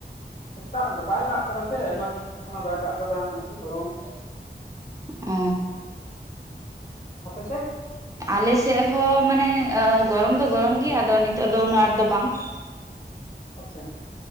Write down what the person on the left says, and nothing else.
ᱥᱮᱛᱟᱜ ᱟᱫᱚ ᱵᱟᱭ ᱫᱟᱜ ᱠᱟᱫᱟ ᱥᱮ, ᱟᱭᱢᱟ ᱫᱤᱱ ᱦᱩᱭᱩᱜ ᱠᱟᱱᱟ ᱵᱟᱭ ᱫᱟᱜ ᱠᱟᱫᱟ ᱟᱹᱰᱤ ᱜᱚᱨᱚᱢ ᱾
ᱟᱯᱮ ᱥᱮᱫ
ᱟᱪᱪᱷᱟ ᱾